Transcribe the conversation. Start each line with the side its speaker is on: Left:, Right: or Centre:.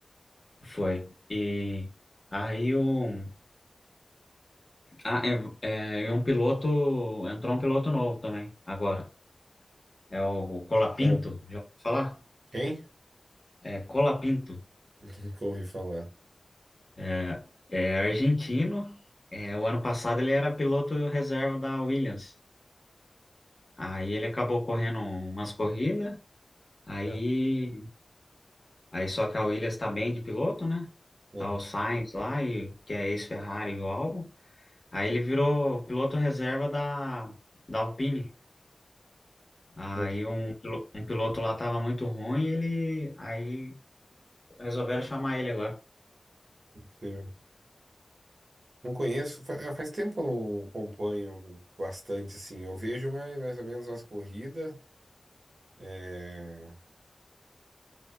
Left: foi. E aí um, ah, é, é, e um piloto, entrou um piloto novo também, agora. É o, o Colapinto,
Right: Ah,
Left: já ouviu falar?
Right: Quem?
Left: É Colapinto.
Right: <laughs> Nunca ouvi falar.
Left: É, é argentino. É, o ano passado ele era piloto reserva da Williams. Aí ele acabou correndo umas corridas. Aí,
Right: Ah,
Left: aí só que a Williams tá bem de piloto, né?
Right: ah,
Left: Tá o Sainz lá, e, que é ex-Ferrari e o Albon. Aí ele virou piloto reserva da, da Alpine. Aí
Right: não,
Left: um, pilo- um piloto lá tava muito ruim, ele aí resolveram chamar ele agora.
Right: sei. sei. Não conheço, fa- é, faz tempo que eu não acompanho bastante, assim. Eu vejo mais, mais ou menos as corridas. é,